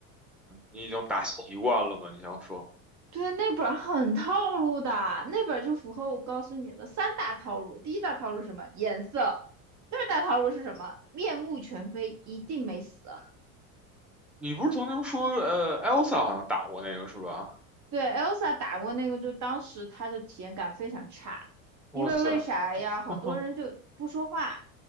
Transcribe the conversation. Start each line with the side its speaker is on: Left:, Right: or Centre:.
Centre: 你已经打习惯了吧？你想说，
Right: 对，那本儿很套路的，那本儿就符合我告诉你的三大套路。第一大套路是什么？颜色。第二大套路是什么？面目全非，一定没死。
Centre: 你不是曾经说，呃，Elsa 好像打过那个是吧？
Right: 对，Elsa 打过那个，就当时她的体验感非常差，因为为啥呀？
Centre: 哇塞，
Right: 很多人就不说话，
Centre: <laughs>